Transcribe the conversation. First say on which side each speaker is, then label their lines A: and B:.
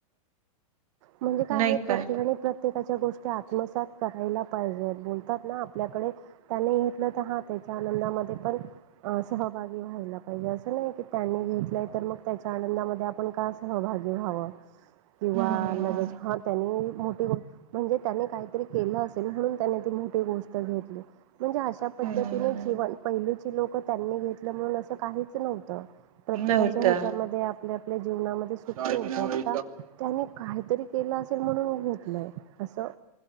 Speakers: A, on the right (about 55°); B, on the right (about 70°).
A: म्हणजे काय
B: नाही
A: आहे प्रत्येकाने
B: का
A: प्रत्येकाच्या गोष्टी आत्मसात करायला पाहिजेत बोलतात ना आपल्या डे त्याने तर हा त्याच्या आनंदामध्ये पण सहभागी व्हायला पाहिजे असं नाही की त्यांनी घेतलंय तर. मग त्याच्या आंदामध्ये आपण का सहभाग व्हाव किव्हा
B: हम्म
A: हा त्यांनी मोठी गोष्ट म्हणजे त्याने काहीतरी केलं असेल म्हणून त्याने ती मोठी गोष्ट घेतली. म्हणजे अशा पद्धतीने
B: हम्म
A: जीवन पहिलीची लोकं त्यांनी घेतलं म्हणून असं काहीच नव्हतं. प्रत्येकाच्या
B: नव्हता.
A: ह्याच्यामध्ये आपल्या आपल्या जीवनामध्ये सुखी
B: हम्म.
A: होते आता त्यानी काहीतरी केलं असेल म्हणून घेतलंय असं.